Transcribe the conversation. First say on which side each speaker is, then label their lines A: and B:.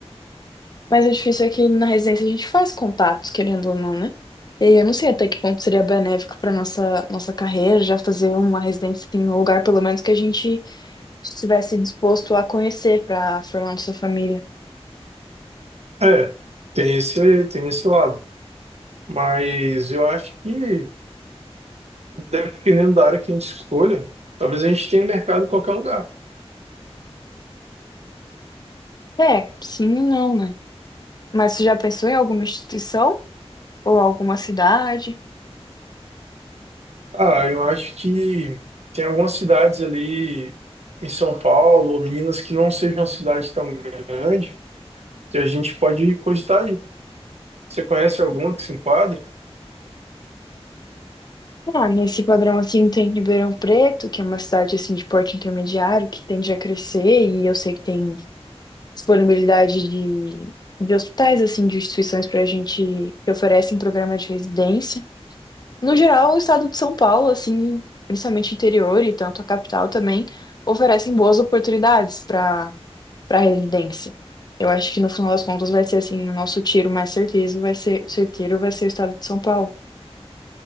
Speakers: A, on the left; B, on the right.
A: Mas o difícil é que na residência a gente faz contatos, querendo ou não, né? E aí eu não sei até que ponto seria benéfico para nossa nossa carreira já fazer uma residência em um lugar pelo menos que a gente estivesse disposto a conhecer para formar nossa família.
B: É, tem esse, tem esse lado. Mas eu acho que, dependendo da área que a gente escolha, talvez a gente tenha mercado em qualquer lugar.
A: É, sim e não, né? Mas você já pensou em alguma instituição ou alguma cidade?
B: Ah, eu acho que tem algumas cidades ali em São Paulo ou Minas que não sejam uma cidade tão grande que a gente pode cogitar aí. Você conhece alguma que se enquadre?
A: Ah, nesse padrão assim tem Ribeirão Preto, que é uma cidade assim de porte intermediário, que tende a crescer, e eu sei que tem disponibilidade de, de hospitais, assim, de instituições para a gente que oferecem programa de residência. No geral, o estado de São Paulo, assim, principalmente interior e tanto a capital também, oferecem boas oportunidades para para residência. Eu acho que no final das contas vai ser assim, o nosso tiro mais certeiro vai ser certeiro vai ser o estado de São Paulo.